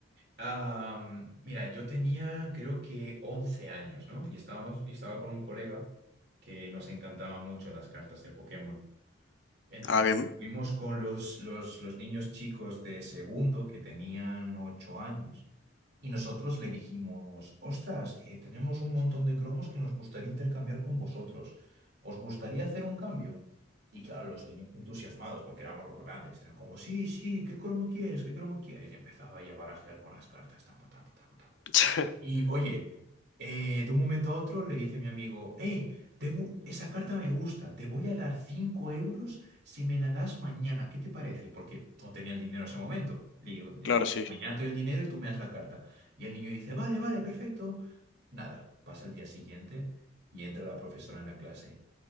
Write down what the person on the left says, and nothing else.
Ah, bien.
<laughs>
Claro,
sí.